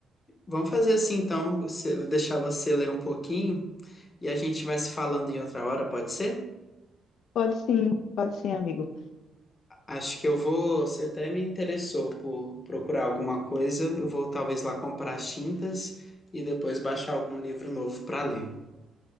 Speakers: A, on the left (about 35°); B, on the left (about 75°).
A: Vamos fazer
B: então,
A: assim então,
B: vamos
A: você- vou deixar você ler um pouquinho e a gente vai se falando em outra hora, pode ser?
B: Pode sim, pode sim, amigo.
A: Acho que eu vou, você até me interessou por procurar alguma coisa, eu vou talvez lá comprar as tintas e depois baixar algum livro novo para ler.